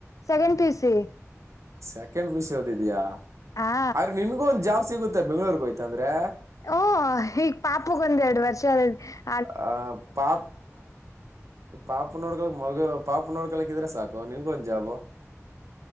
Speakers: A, on the left; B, on the right.
A: ಸೆಕೆಂಡ್ ಪಿ ಸಿ
B: ಸೆಕೆಂಡ್ ವಿಷದಿದ್ಯಾಾ
A: ಹಾ
B: ಆದ್ರೆ ನಿನ್ಗೂ ಒಂದ್ ಜಾಸ್ತಿ ಸಿಗುತ್ತೆ ಬೆಂ್ೂರ್ಗೆ ಹೋಯ್ತ ಅಂದ್ರೆ
A: ಓ ಈಗ್ ಪಾಪಗ ಒಂದ್ ಎರಡು ವರ್ಷ ಅ
B: ಆ ಪಾಾ ಪಾಪನೋಡ್ಡು ಮಗ ಪಾಪ ನೋಡ್ಕಲಕ್ಕ ಇದಿದ್ರೆ ಸಾಕು ನಿನ್ಗೂ ಒಂದ್ ಜಾಬು